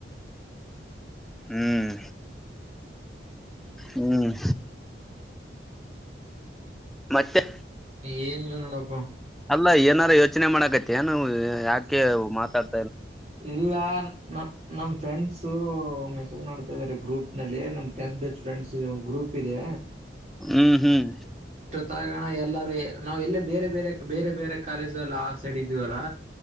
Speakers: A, in the centre; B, on the right.
A: ಹ್ಮ್.. ಹ್ಮ್ ಮತ್ತೆ
B: ಏನ್. ಪ್ಪ.
A: ಅಲ್ಲ ಏನಾರ ಯೋಚನೆ ಮಾಡಕತ್ತನು. ಯಾಕೆ ಮಾತಾಡ್.
B: ಇಲ್ಲ ನ ನಮ ಫ್ರೆಂಡ್. ಸೊ ಮೆಸೇಜ್ ಮಾಡ್ತಾ ಇದಾರೆ ಗ್ರೂಪ್ ನಲ್ಲಿ ನಮ್ ಟೆಂತ್ ಬೆಸ್ಟ್ ಫ್ರೆಂಡ್ಸ್ ಇದೆ ಒಂದ್ ಗ್ರೂಪ್ ಇದೆ.
A: ಹ್ಮ್ ಹ್ಮ್.
B: ತಣ ಎಲ್ಲ. ನಾವು ಎಲ್ಲೇ ಬೇರೆ ಬೇರೆ ಬೇರೆ ಬೇರೆ. ಕಾಲೇಜ ಎಲ್ಲ ಆ ಸೈಡ್ ಇದೀವಲ್ಲಾ.